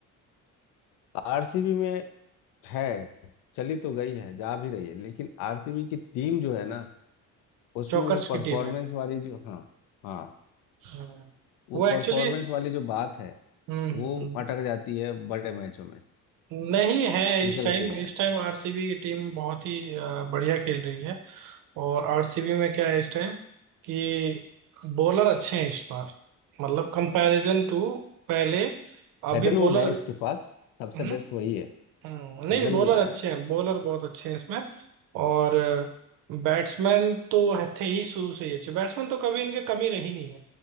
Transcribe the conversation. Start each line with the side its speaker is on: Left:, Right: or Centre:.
Left: आरसीबी में है चली तो गई है जा भी रही है लेकिन आरसीबी की टीम जो है ना उसमें
Right: जोकर्स
Left: वो
Right: की
Left: परफॉर्मेंस
Right: टीम है
Left: वाली जो हाँ हाँ
Right: हम्म,
Left: वो
Right: वो एक्चुअली
Left: परफॉर्मेंस वाली जो बात है
Right: हम्म हम्म,
Left: वो
Right: हम्म।
Left: अटक जाती है बड़े मैचों में
Right: नहीं है
Left: निकल
Right: इस टाइम
Left: के नहीं
Right: इस
Left: आती
Right: टाइम आरसीबी की टीम बहुत ही अ, बढ़िया खेल रही है और आरसीबी में क्या है इस टाइम कि बॉलर अच्छे हैं इस बार मतलब कंपैरिजन टू पहले अभी
Left: हेजलवुड
Right: बॉलर
Left: है इसके पास सबसे
Right: हम्म,
Left: बेस्ट वही है
Right: हम्म, नहीं
Left: हेजलवुड
Right: बॉलर अच्छे
Left: है
Right: हैं बॉलर बहुत अच्छे हैं इसमें और बैट्समैन तो है- थे ही शुरू से ही अच्छे बैट्समैन तो कभी इनके कमी रही नहीं है